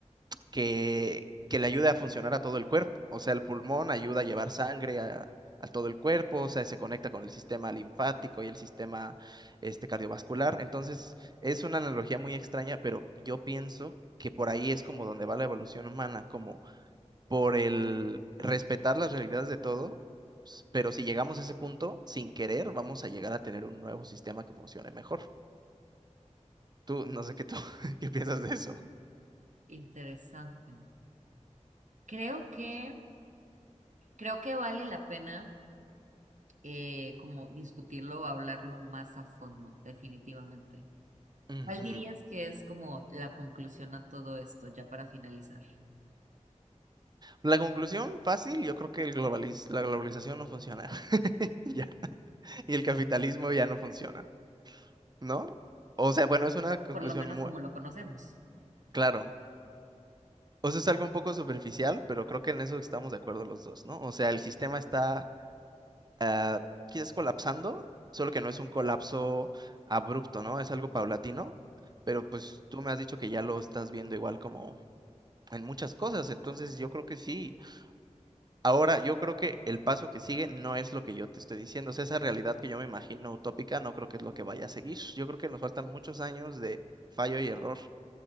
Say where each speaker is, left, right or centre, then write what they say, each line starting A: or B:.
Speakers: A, on the right; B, on the right.
A: que, que le ayude a funcionar a todo el cuerpo. O sea, el pulmón ayuda a llevar sangre a, a todo el cuerpo, o sea, se conecta con el sistema linfático y el sistema este, cardiovascular. Entonces, es una analogía muy extraña, pero yo pienso que por ahí es como donde va la evolución humana, como por el respetar las realidades de todo. s- Pero si llegamos a ese punto, sin querer, vamos a llegar a tener un nuevo sistema que funcione mejor. Tú, no sé qué tú, <laughs> qué piensas de eso.
B: Interesante. Creo que, creo que vale la pena eh, como discutirlo o hablarlo más a fondo, definitivamente.
A: Ujú.
B: ¿Cuál dirías que es como la conclusión a todo esto, ya para finalizar?
A: La conclusión fácil, yo creo que el globaliz- la globalización no funciona <laughs> ya, y el capitalismo ya no funciona, ¿no? O sea, bueno, es una conclusión
B: Por lo menos
A: muy,
B: como lo conocemos.
A: claro, o sea, es algo un poco superficial, pero creo que en eso estamos de acuerdo los dos, ¿no? O sea, el sistema está ah, quizás colapsando, solo que no es un colapso abrupto, ¿no? Es algo paulatino, pero pues tú me has dicho que ya lo estás viendo igual como en muchas cosas, entonces yo creo que sí, Ahora, yo creo que el paso que sigue no es lo que yo te estoy diciendo, o sea, esa realidad que yo me imagino utópica no creo que es lo que vaya a seguir. Yo creo que nos faltan muchos años de fallo y error,